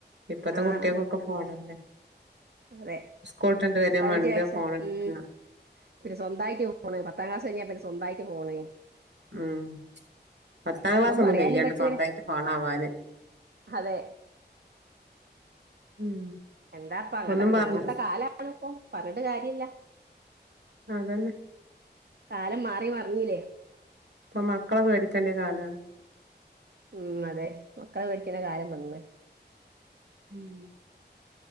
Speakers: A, on the right; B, on the right.
A: ഇപ്പഴത്തെ
B: ആഹ്
A: കുട്ടികൾക്ക് ഫോണല്ലേ
B: അതെ
A: സ്കൂള് ട്ടണ്ട് വരാ
B: പതിനഞ്ച്
A: മണ്ടാ
B: വയസ്സ്
A: ഫോൺ എടുക്ക
B: ഉം പിന്നെ സ്വന്തമായിട്ട് ഫോണ് പത്താം ക്ലാസ് കഴിഞ്ഞാ പിന്നെ സ്വന്തയിട്ട് ഫോണ്
A: ഉം പത്താം ക്ലാസ് ഒന്നും
B: പറയാനും
A: കഴിയണ്ട
B: പറ്റൂല
A: സ്വന്തായിട്ട് ഫോണ് ആവാന്
B: അതെ
A: ഉം
B: എന്താ അപ്പ അങ്ങത്തെ
A: ഒന്നും പറഞ്ഞ
B: അങ്ങത്തെ കാലണ് ഇപ്പൊ പറഞ്ഞിട്ട് കാര്യല്ല
A: അതന്നെ
B: കാലം മാറി മറിഞ്ഞിലേ?
A: ഇപ്പൊ മക്കളെ പേടിക്കേണ്ട കാലാ.
B: ഉം അതെ മക്കള പേടിക്കുന്ന കാലം വന്നു.
A: ഉം